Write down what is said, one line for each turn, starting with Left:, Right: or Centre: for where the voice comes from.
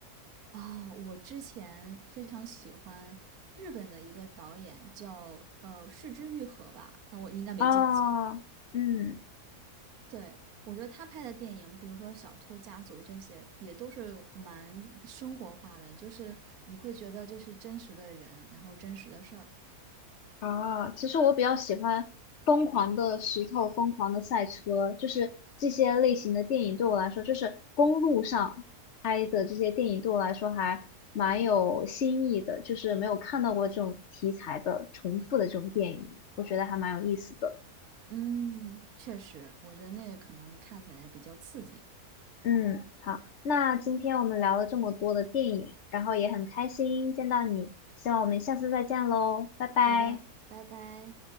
Right: 啊，我之前非常喜欢日本的一个导演叫呃市之愈合吧，那我应该没记错。
Left: 啊？嗯，
Right: 对，我觉得他拍的电影，比如说《小偷家族》这些，也都是蛮生活化的，就是你会觉得这是真实的人，然后真实的事儿。
Left: 啊，其实我比较喜欢《疯狂的石头》《疯狂的赛车》，就是这些类型的电影对我来说，就是公路上拍的这些电影对我来说还蛮有新意的，就是没有看到过这种题材的重复的这种电影，我觉得还蛮有意思的。
Right: 嗯，确实，我觉得那个可能看起来比较刺激。
Left: 嗯，好，那今天我们聊了这么多的电影，然后也很开心见到你，希望我们下次再见喽，拜拜。
Right: 好的，拜拜。